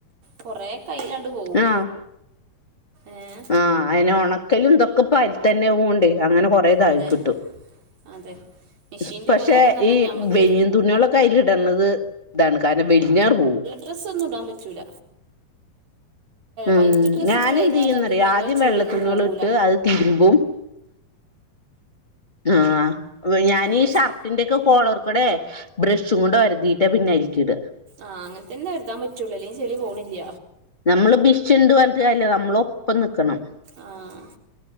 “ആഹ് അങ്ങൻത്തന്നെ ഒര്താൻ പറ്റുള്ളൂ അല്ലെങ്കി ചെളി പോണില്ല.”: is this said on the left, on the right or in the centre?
Right